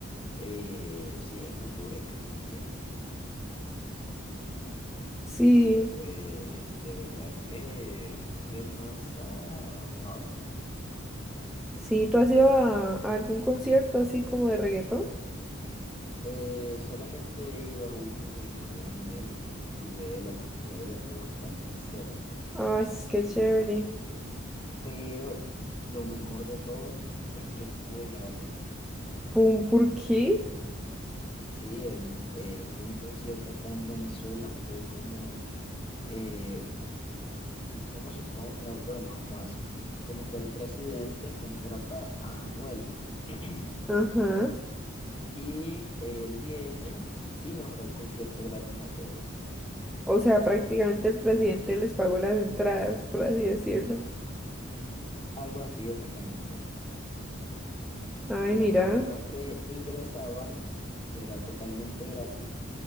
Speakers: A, on the left; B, in the centre.
A: Eh, sí, es un duro, hay que admitirlo.
B: Sí,
A: Y pues, de verdad que mueve masa, wow.
B: sí, ¿tú has ido a, a algún concierto así como de reggaetón?
A: Eh, solamente he ido a uno y fue de Anuel, tuve la oportunidad de verlo bastante cerca.
B: Ay, es que chévere.
A: pero lo mejor de todo es que fue gratis.
B: Pum, ¿por qué?
A: Sí, em, eh, fue un concierto acá en Venezuela, fue como, eh, u- vamos, a- vamos a ponerte lo más fácil, como que el presidente contrata a Anuel <clears throat>
B: Ajá.
A: y él viene y nos da el concierto gratis a todos,
B: O sea, prácticamente el presidente les pagó las entradas, por así decirlo.
A: algo así exactamente.
B: Ay,
A: Y las
B: mira.
A: personas que ingresaban, que era totalmente gratis,